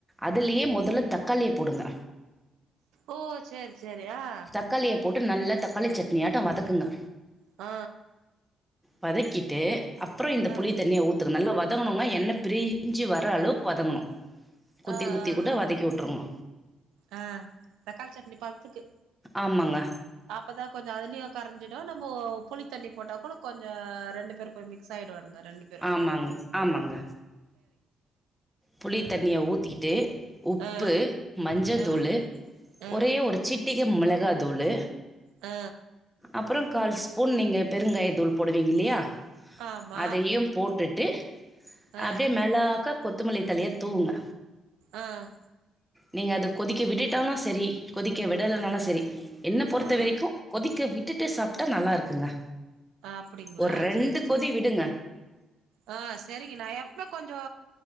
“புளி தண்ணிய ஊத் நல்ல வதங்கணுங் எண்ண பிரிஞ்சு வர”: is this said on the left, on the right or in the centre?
Centre